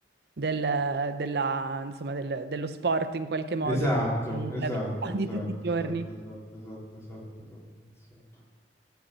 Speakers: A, on the right; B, on the left.
A: del- della- insomma, del- dello sport in qualche modo,
B: Esatto,
A: della
B: esatto,
A: vita di
B: esatto,
A: tutti i giorni.
B: esatto, esatto, esatto, esatto, esatto, insomma.